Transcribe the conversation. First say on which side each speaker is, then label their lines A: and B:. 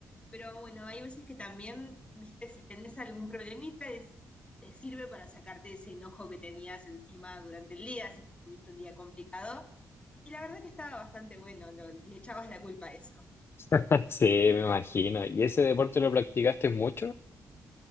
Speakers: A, on the left; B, on the left.
A: Pero bueno, hay veces que también, viste, si tenés algún problemita, es- te sirve para sacarte ese enojo que tenías encima durante el día, si tuviste un día complicado. Y la verdad que estaba bastante bueno, lo- le echabas la culpa a eso.
B: <laughs> Sí, me imagino. ¿Y ese deporte lo practicaste mucho?